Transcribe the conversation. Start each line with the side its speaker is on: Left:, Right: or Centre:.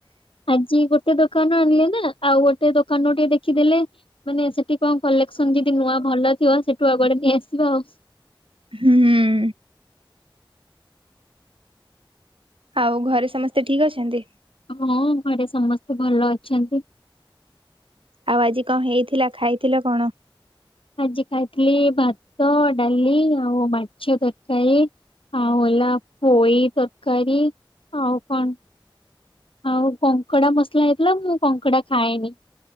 Left: ଆଜି ଗୋଟେ ଦୋକାନ ଆଣିଲେ ନା ଆଉ ଗୋଟେ ଦୋକାନ ଟିକେ ଦେଖିଦେଲେ ମାନେ ସେଠି କଣ କଲେକ୍ସନ ଯଦି ନୂଆ ଭଲ ଥିବ ସେଠୁ ଆଗଡେ ନେଇଆସିବା ଆଉ
Right: ହୁଁ ହୁଁ ଆଉ ଘରେ ସମସ୍ତେ ଠିକ ଅଛନ୍ତି
Left: ହଁ ଘରେ ସମସ୍ତେ ଭଲ ଅଛନ୍ତି
Right: ଆଉ ଆଜି କଣ ହେଇଥିଲା ଖାଇଥିଲ କଣ
Left: ଆଜି ଖାଇଥିଲି ଭାତ ଡାଲି ଆଉ ମାଛ ତରକାରୀ ଆଉ ହେଲା ପୋଇ ତରକାରୀ ଆଉ କଣ ଆଉ କଙ୍କଡା ମସଲା ହେଇଥିଲା ମୁଁ କଙ୍କଡା ଖାଏନି